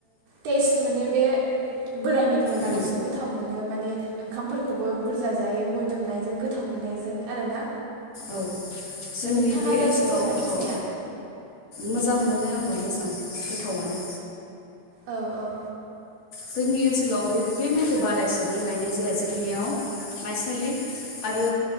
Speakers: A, on the right; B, on the left.
A: टेस्ट मोनो बे बोरायनिफ्राय बांसिन
B: औ
A: गोथाव मोनो नो माने ओंखामफोरखौबो बुरजा जायो मोदोमनायजों गोथाव मोननायजों आरोना
B: औ जोंनि
A: नोंथाङालाय
B: बे ओनसोलाव
A: फसायोना फसाया
B: औ मोजां मोनो आंबो मोजां गोथावनो
A: औ औ
B: जोंनि ओनसोलाव बे बे माइखौ बारा एसेबां गायनाय जाया जोंनियाव माइसालि आरो